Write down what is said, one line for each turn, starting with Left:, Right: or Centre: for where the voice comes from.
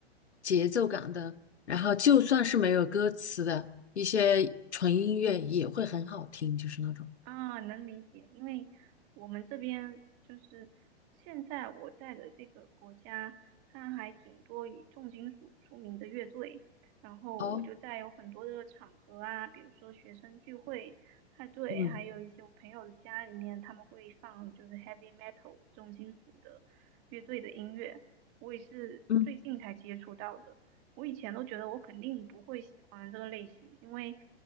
Left: 节奏感的，然后就算是没有歌词的一些纯音乐也会很好听，就是那种。
Right: 啊，能理解，因为我们这边就是现在我在的这个国家，它还挺多以重金属出名的乐队，然后我就在有很多的场合啊，
Left: 哦，
Right: 比如说学生聚会、派对，
Left: 嗯
Right: 还有一些我朋友的家里面，他们会放就是 heavy metal 重金属的乐队的音乐，我也是最近才接触到的。
Left: 嗯。
Right: 我以前都觉得我肯定不会喜欢这个类型，因为